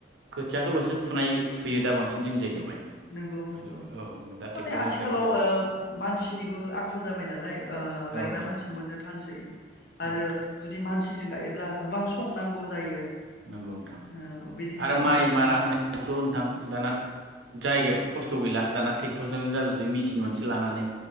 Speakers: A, on the right; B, on the left.
A: खोथियाखोल'सो फुनाय फुयो दा बांसिन जोंनि जायगायावहाय
B: नंगौ नंगौ।
A: माने औ दा ट्रेक्टरजों
B: माने आथिखालाव
A: गायजोबो
B: ओ मानसिनिबो आंखाल जाबाय नालाय ओ
A: औ
B: गायग्रा
A: नोंथां
B: मानसि
A: औ
B: मोननो थानसै आरो
A: नोंथां
B: जुदि मानसि जों गायोब्ला गोबां सम नांगौ जायो।
A: नंगौ नोंथां
B: ओ बेनि थाखायनो
A: आरो माइ
B: जोङो
A: मारा होनायावबोथ' नोंथां दाना जायगायाव खस्थ' गैला दाना थेक्टरजोंनो जाजोबसै मेसिन मोनसे लानानै